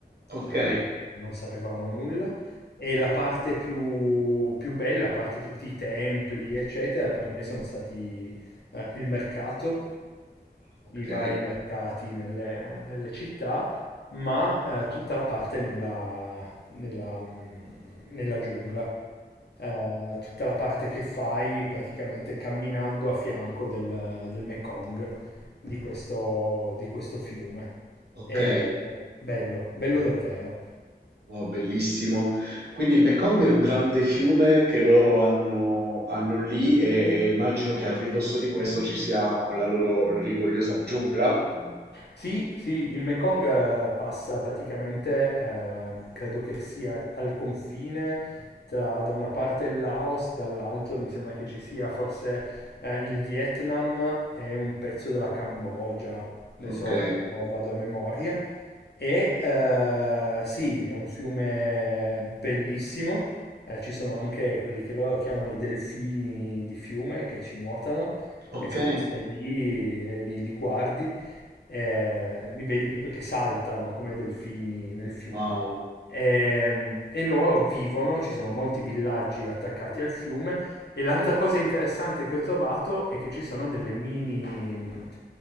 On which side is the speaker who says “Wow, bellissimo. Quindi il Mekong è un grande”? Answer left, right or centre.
Right